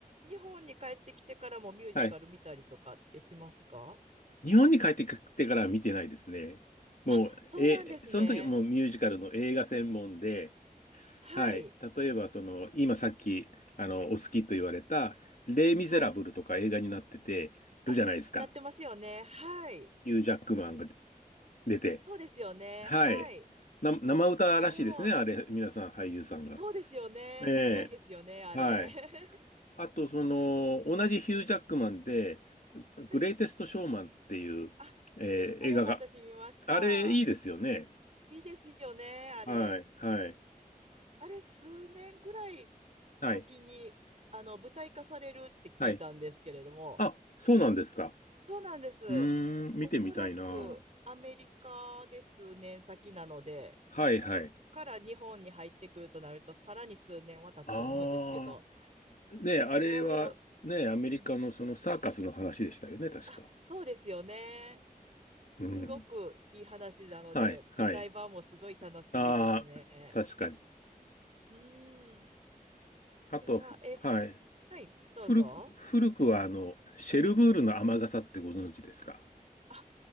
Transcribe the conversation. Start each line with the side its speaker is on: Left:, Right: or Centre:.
Right: 日本に帰ってきてからもミュージカル見たりとかってしますか
Left: はい。日本に帰ってきてからは見てないですね。もう、
Right: あ、そうなんですね。
Left: え、その時はもうミュージカルの映画専門で、
Right: はい。
Left: はい。例えば、その、今さっき、あの、お好きと言われた、レイ・ミゼラブルとか映画になってて、
Right: はい。
Left: るじゃないですか。
Right: あ、なってますよね。はい。
Left: ヒュー・ジャックマンが出て。
Right: そうですよね。
Left: はい。
Right: はい。
Left: な、生歌らしいですね、
Right: あれも、
Left: あれ、皆さん、俳優さんが。
Right: そうですよね。
Left: え
Right: すごいですよね、あれ。
Left: え、はい。
Right: <laughs>
Left: あと、その、同じヒュー・ジャックマンで、
Right: はい。
Left: グレイテスト・ショーマンっていう、
Right: あ、
Left: えー映画が、
Right: あれも私見ました。
Left: あれ、いいですよね。
Right: いいですよね、あれ。
Left: はい、はい、
Right: あれ、数年ぐらい
Left: はい、
Right: 先に、あの、舞台化されるって聞いたんですけれども、
Left: はい。あ、そうなんですか。
Right: そうなんです。
Left: うーん、見てみたいな。
Right: おそらくアメリカで数年先なので、
Left: はい、はい。
Right: そっから日本に入ってくるとなると、さらに数年は経つと思うんですけど、
Left: ああ、ねえ、あれは、
Right: いやー、でも、
Left: ねえ、
Right: うん。
Left: アメリカのそのサーカスの話でしたよね、確か。
Right: あ、そうですよね。
Left: うん。
Right: すごくいい話なので、
Left: はい、はい。
Right: 舞台版もすごい楽しみですね。
Left: ああ、確かに。
Right: うーん。
Left: あと、
Right: いやー、
Left: ふはい。
Right: え、はい、どうぞ。
Left: 古く、古くは、あの、シェルブールの雨傘ってご存知ですか
Right: あ、